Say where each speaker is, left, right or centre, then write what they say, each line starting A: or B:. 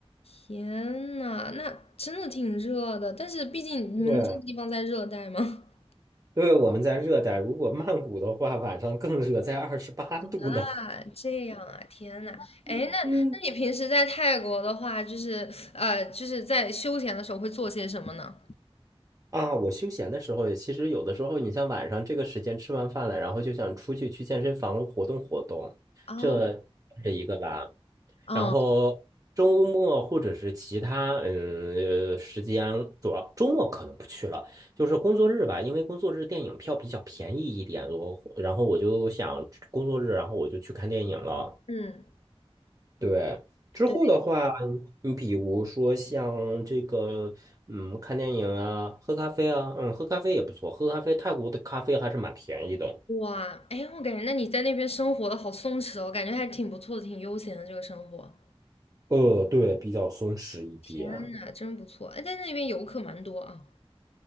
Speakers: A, on the left; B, on the right.
A: 天呐，那真的挺热的，但是毕竟你们这个地方在热带嘛。
B: 对，对，我们在热带，如果曼谷的话，晚上更热，在二十八度呢。
A: 啊，这样啊，天呐，哎，
B: <laughs>
A: 那那你平时在泰国的话，
B: 嗯。
A: 就是呃，就是在休闲的时候会做些什么呢？
B: 啊，我休闲的时候，其实有的时候，你像晚上这个时间吃完饭了，然后就想出去去健身房活动活动，
A: 啊，
B: 这是一个吧。
A: 嗯
B: 然后周末或者是其他嗯呃时间，主要周末可能不去了，就是工作日吧，因为工作日电影票比较便宜一点，我然后我就想工作日，然后我就去看电影了。
A: 嗯，
B: 对，之后的话，
A: 对，
B: 你比如说像这个，嗯，看电影啊，喝咖啡啊，嗯，喝咖啡也不错，喝咖啡，泰国的咖啡还是蛮便宜的。
A: 哇，哎，我感觉那你在那边生活的好松弛哦，感觉还挺不错的，挺悠闲的这个生活。
B: 呃，对，比较松弛一点。
A: 天呐，真不错！哎，在那边游客蛮多啊。